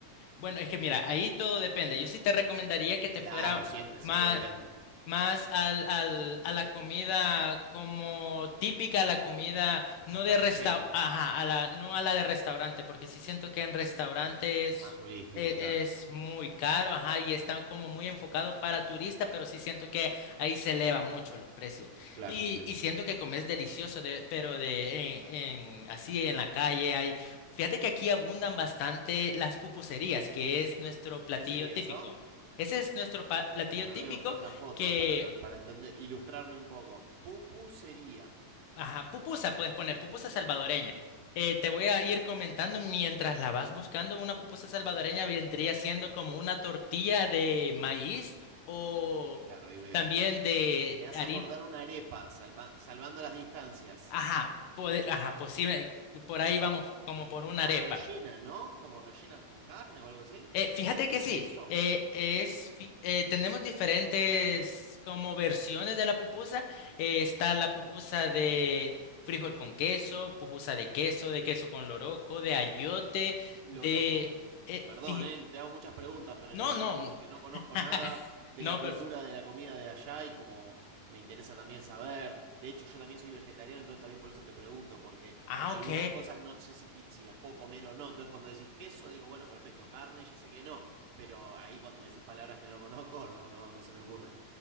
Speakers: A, on the left; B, on the right.
A: bueno, es que mira, ahí todo depende. Yo sí te recomendaría que te
B: Claro,
A: fuera
B: siempre, siempre
A: más,
B: depende.
A: más al, al- a la comida como típica, la comida no
B: Más
A: de
B: callejera,
A: resta, ajá, a la, no a la de restaurante, porque sí siento que en restaurantes
B: es más turístico,
A: e-
B: claro.
A: es, muy caro, ajá, y está como muy enfocado para turista, pero sí siento que ahí se eleva mucho los precios.
B: Claro,
A: Y,
B: entiendo.
A: y siento que comes delicioso, de, pero de en, en- así en la calle hay. Fíjate que aquí abundan bastante las pupuserías, que es nuestro platillo
B: ¿Qué sería
A: típico.
B: eso?
A: Ese es nuestro pa- platillo
B: A
A: típico
B: ver, voy a buscar una foto
A: que,
B: para, enten- para entender, ilustrarme un poco. Pupusería.
A: ajá, pupusa puedes poner, pupusa salvadoreña. Eh, te voy a ir comentando mientras la vas buscando. Una pupusa salvadoreña vendría siendo como una tortilla de maíz o
B: Claro, ahí veo.
A: también de
B: Me hace
A: harina.
B: acordar una arepa, salva- salvando las distancias.
A: Ajá, pode- ajá, posible. Por ahí vamos, como por una arepa.
B: Más rellena, ¿no? Como rellena con carne o algo así.
A: Eh, fíjate
B: ¿Con
A: que sí,
B: queso?
A: eh, es, fi- eh, tenemos diferentes como versiones de la pupusa. Eh, está la pupusa de frijol con queso, pupusa de queso, de queso con loroco, de ayote,
B: Loroco.
A: de... eh,
B: Perdón,
A: fije-
B: él te hago muchas preguntas, pero
A: No,
B: la verdad
A: no,
B: es que porque no conozco
A: <laughs>
B: nada de
A: no,
B: la cultura
A: perfecto.
B: de la comida de allá y como me interesa también saber. De hecho, yo también soy vegetariano, entonces también por eso te pregunto, porque
A: Ah,
B: algunas
A: ok.
B: cosas no sé si, ti- si las puedo comer o no. Entonces cuando decís queso, digo, bueno, perfecto, carne, ya sé que no. Pero ahí cuando me decís palabras que no conozco, <laughs> no, no, no se me ocurre.